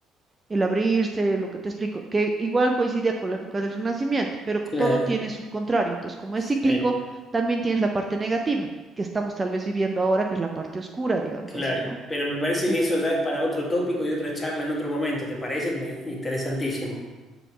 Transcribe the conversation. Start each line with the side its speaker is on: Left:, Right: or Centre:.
Right: el abrirse, lo que te explico, que igual coincidía con la época del Renacimiento, pero todo
Left: Claro,
Right: tiene su contrario. Entonces, como
Left: sí,
Right: es cíclico, también tienes la parte negativa, que estamos tal vez viviendo ahora, que es la parte oscura, digámoslo
Left: claro.
Right: así, ¿no?
Left: Pero me parece
Right: Ent-
Left: que eso ya es para otro tópico y otra charla en otro momento, ¿te parece? Me- interesantísimo.